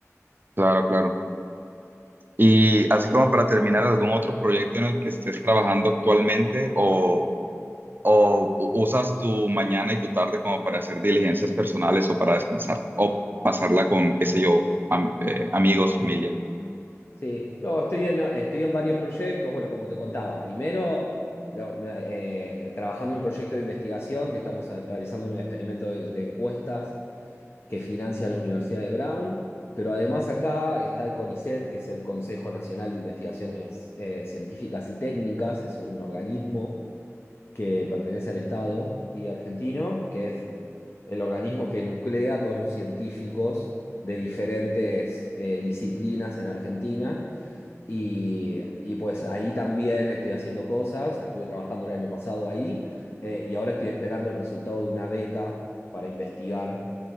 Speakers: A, on the right; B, on the left.
A: Claro, claro. Y así como para terminar, ¿algún otro proyecto en el que estés trabajando actualmente o ¿O u- usas tu mañana y tu tarde como para hacer diligencias personales o para descansar? ¿O pasarla con, qué sé yo, am- eh, amigos, familia?
B: Sí, no, estoy en, estoy en varios proyectos, bueno, como te contaba, primero lo- eh, eh, trabajando en un proyecto de investigación que estamos a- realizando un experimento de, de encuestas que financia la Universidad de Brown, pero además acá está el CONICET, que es el Consejo Nacional de Investigaciones eh, Científicas y Técnicas, es un organismo que pertenece al Estado aquí argentino, que es el organismo que nuclea a todos los científicos de diferentes eh, disciplinas en Argentina y, y pues ahí también estoy haciendo cosas, estuve trabajando el año pasado ahí eh, y ahora estoy esperando el resultado de una beca para investigar